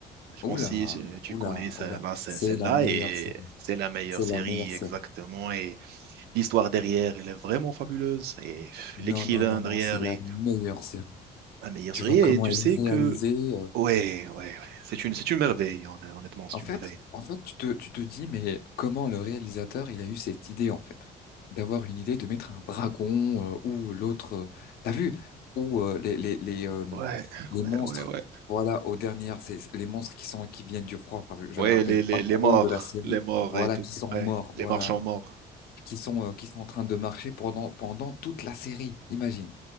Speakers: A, on the right; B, on the left.
A: Je
B: Oula,
A: pense si euh, tu
B: oula,
A: connais ça-
B: oula,
A: là, ce-
B: c'est
A: celle-là,
B: la meilleure
A: et
B: série,
A: c'est la meilleure
B: c'est
A: série
B: la meilleure série.
A: exactement. Et l'histoire derrière, elle est vraiment fabuleuse. Et pff,
B: Non,
A: l'écrivain
B: non, non, non,
A: derrière
B: c'est la
A: est
B: meilleure série.
A: la meilleure
B: Tu
A: série.
B: vois
A: Et
B: comment
A: tu
B: elle
A: sais
B: est
A: que,
B: réalisée, euh,
A: ouais, ouais, ouais, c'est une, c'est une merveille, hon- honnêtement, c'est
B: En fait,
A: une merveille.
B: en fait, tu te, tu te dis, mais comment le réalisateur, il a eu cette idée, en fait, d'avoir une idée de mettre un dragon euh, ou l'autre, euh, t'as vu, ou euh, les les les euh,
A: Ouais,
B: les
A: ouais,
B: monstres,
A: ouais, ouais.
B: voilà, aux dernières, c'est c'est les monstres qui sont qui viennent du froid, parce que je
A: Ouais,
B: me rappelle
A: les,
B: pas
A: les, les
B: trop
A: morts,
B: de la série,
A: les morts
B: voilà,
A: et tout.
B: qui sont
A: Ouais,
B: morts, voilà,
A: les marchands morts.
B: qui sont euh, qui sont en train de marcher pendant pendant toute la série, imagine,